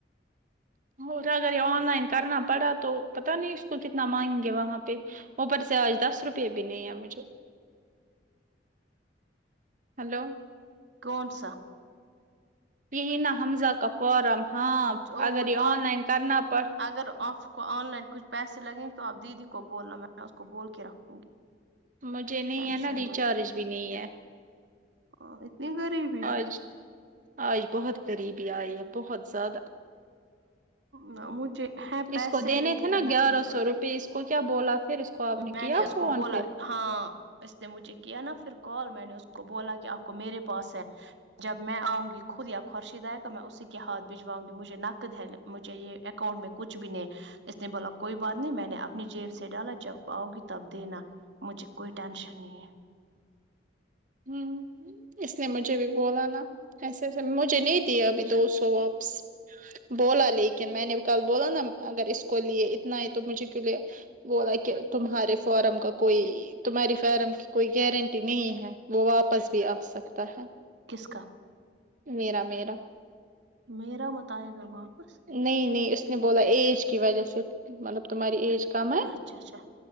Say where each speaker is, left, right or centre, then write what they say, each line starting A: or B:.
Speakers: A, on the right; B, on the right.
A: وہ اٹھا اگر یہ آن لائن کرنا پڑا تو پتا نہیں اس کو کتنا مانگ گے وہاں پہ اوپر سے آج دس روپے بھی نہیں ہے مجھے ہلو
B: کون سا
A: یہی نا حمزہ کا فارم ہاں ں
B: تو
A: اگر یہ
B: آپ
A: آن لائن کرنا پ
B: اگر آف کو آن لائن کچھ پیسے لگیں گے تو آپ دیدی کو بولنا میں نے اس کو بول کے رکھوں گی
A: مجھے نہیں
B: ٹینشن
A: ہے نا ریچار بھی نہیں ہے
B: ا اتنی غریب
A: آج آئی بہت قریب لائی ہے بہت زیادہ
B: نہ مجھے ہیں پیسے
A: اس کو دینے
B: لیکن
A: تھے نا گیارہ
B: نقد ہے
A: سو روپئے اس کو کیا بولا پھر اس کو آپ
B: میں
A: کیا
B: نے اس
A: فون
B: کو بولا
A: پھر
B: ہاں اس نے مجھے کیا نا پھر کال میں نے اس کو بولا کہ آپ کو میرے پاس ہے جب میں آؤںگی خود یا خورشیدایگا میں اسی کےاتھجواؤں گی مجھے نکدل مجھے یہ اکاؤنٹ میں کچھ بھی نہیں اس نے بولا کوئی بات نہیں میں نے اپنی جیب سے یےڈالا جب آؤ گی تب دینا مجھے کوئی ٹینشن نہیں ہے
A: ہم اس نے مجھے بھی بولا نا ایسا ایسا مجھے نہیں دیا ابھی دو سو واپس بولا لیکن میں نے کل بولاو نا اگر اس کو لیے اتنا ہے تو مجھے کیوں لیا بولا کہ تمہارے فارم کا کوئی تمہاری فارم کوئی گارنٹی نہیں ہے وہ واپس بھی آہ سکتا ہے
B: کس کاا
A: میرا میرا
B: میرا مت آئیے گا واپس
A: نہیں نہیں اس نے بولا ایج کی وجہ سے مطلب تمہاری ایج کم ہے
B: اچھا اچھا